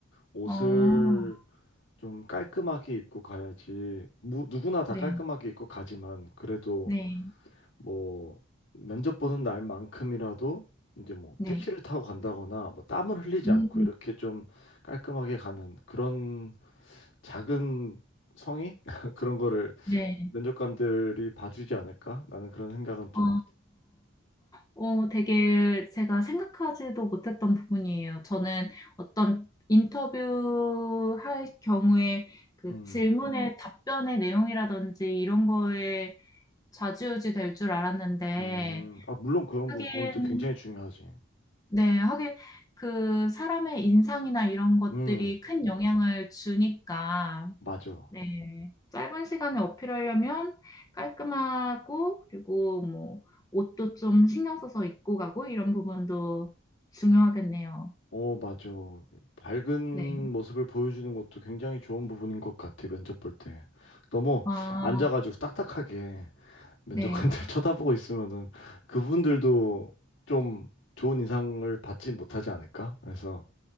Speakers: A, on the left (about 70°); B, on the left (about 20°).
A: 옷을
B: 어,
A: 좀 깔끔하게 입고 가야지. 무, 누구나 다
B: 네,
A: 깔끔하게 입고 가지만 그래도
B: 네,
A: 뭐 면접 보는 날만큼이라도 이제 뭐
B: 네.
A: 택시를 타고 간다거나 뭐 땀을 흘리지
B: 음,
A: 않고 이렇게 좀 깔끔하게 가는 그런 작은 성의 <laughs> 그런 거를
B: 네.
A: 면접관들이 봐주지 않을까? 나는 그런 생각은 좀
B: 어, 어, 되게 제가 생각하지도 못했던 부분이에요. 저는 어떤 인터뷰 할 경우에 그
A: 음,
B: 질문의 답변의 내용이라든지 이런 거에 좌지우지 될 줄 알았는데,
A: 음, 아, 물론 그런
B: 하긴,
A: 부분도 굉장히 중요하지.
B: 네, 하긴, 그, 사람의 인상이나 이런 것들이
A: 음,
B: 큰 영향을 주니까,
A: 맞아.
B: 네. 짧은 시간에 어필하려면 깔끔하고, 그리고 뭐, 옷도 좀 신경 써서 입고 가고, 이런 부분도 중요하겠네요.
A: 어, 맞아. 밝은
B: 네.
A: 모습을 보여주는 것도 굉장히 좋은 부분인 것 같아, 면접 볼 때. 너무
B: 아,
A: 앉아가지고 딱딱하게 면접관들
B: 네.
A: <laughs> 쳐다보고 있으면은 그분들도 좀 좋은 인상을 받지 못하지 않을까? 그래서